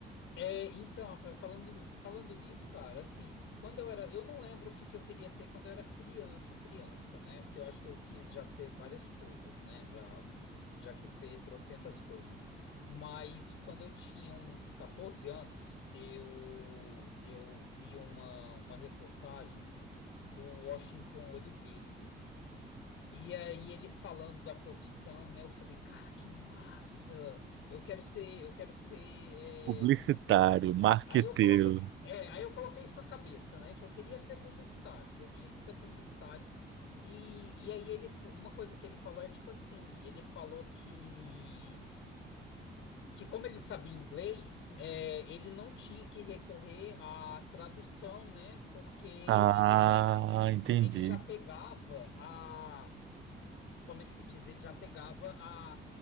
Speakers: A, on the left; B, on the right.
A: É, então, Rafael, falando, falando nisso, cara, assim, quando eu era, eu não lembro o que, que eu queria ser quando eu era criança, criança, né? Porque eu acho que eu quis já ser várias coisas, né? Já, já quis ser trocentas coisas. Mas quando eu tinha uns 14 anos, eu, eu vi uma, uma reportagem do Washington Oliveto. E aí ele falando da profissão, né? Eu falei, cara, que massa! Eu quero ser, eu quero ser é,
B: Publicitário,
A: publicitário.
B: marqueteiro.
A: Aí eu coloquei, é, aí eu coloquei isso na cabeça, né? Que eu queria ser publicitário, que eu tinha que ser publicitário. E, e aí ele, fo- uma coisa que ele falou é tipo assim, ele falou que que como ele sabia inglês, é, ele não tinha que recorrer à tradução, né? Porque ele
B: Ah,
A: já
B: entendi.
A: ele já pegava a como é que se diz? Ele já pegava a,